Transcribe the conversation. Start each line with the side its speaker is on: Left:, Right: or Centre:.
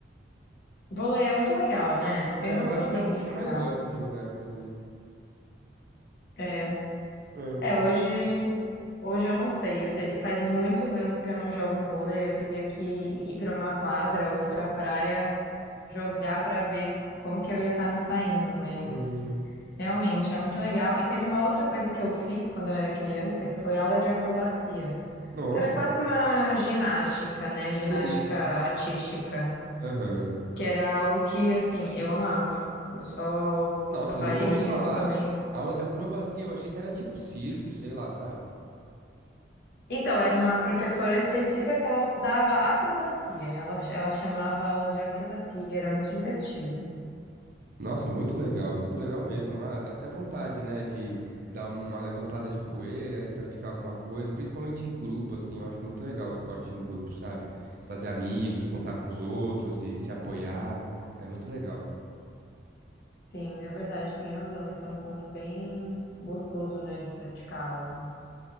Left: Vôlei é muito legal, né? É
Right: É,
Left: bem gostosinho
Right: eu acho que é um dos
Left: de
Right: que eu mais
Left: jogar.
Right: gosto de jogar, inclusive.
Left: É,
Right: É,
Left: É, hoje, hoje eu não sei. Eu teria- faz muitos anos que eu não jogo vôlei. Eu teria que ir para uma quadra ou para praia jogar para ver como que eu ia estar me saindo. Mas
Right: aham.
Left: realmente é muito legal. E teve uma outra coisa que eu fiz quando eu era criança, que foi aula de acrobacia,
Right: Nossa,
Left: que era quase uma ginástica, né?
Right: sei.
Left: Ginástica artística,
Right: Aham.
Left: que era algo que assim eu amava. Eu só
Right: Nossa,
Left: parei
Right: nunca ouvi
Left: mesmo
Right: falar.
Left: também
Right: Aula de acrobacia, eu achei que era tipo circo, sei lá, sabe?
Left: Então, era uma professora específica que ela dava acrobacia. Ela, ela chamava a aula de acrobacia, era muito divertido.
Right: Nossa, muito legal, muito legal mesmo. Ah, dá até vontade, né, de dar um, uma levantada de poeira e praticar alguma coisa, principalmente em grupo, assim. Eu acho muito legal o esporte em grupo, sabe? Fazer amigos, contar com os outros e se apoiar. É muito legal,
Left: Sim, é verdade, tem razão. Esse é um ponto bem gostoso, né, de praticar algo.